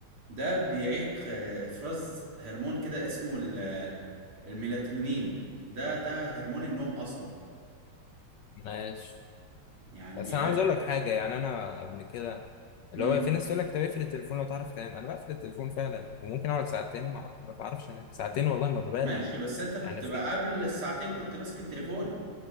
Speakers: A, on the right (about 75°); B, on the left (about 75°).
A: ده بيعيق آه، افراز هرمون كده اسمه ال- آه، الميلاتونين ده ده هرمون النوم اصلا
B: ماشي
A: يعني
B: بس
A: بيعيق
B: انا عايز اقول لك حاجه يعني انا قبل كده اللي
A: امم
B: هو في ناس تقول لك طب اقفل التليفون لو تعرف تنام انا بقفل التليفون فعلا وممكن اقعد ساعتين ما ما بعرفش انام ساعتين والله ما ببالغ
A: ماشي بس انت بتبقى
B: يعني في
A: قبل الساعتين كنت ماسك التليفون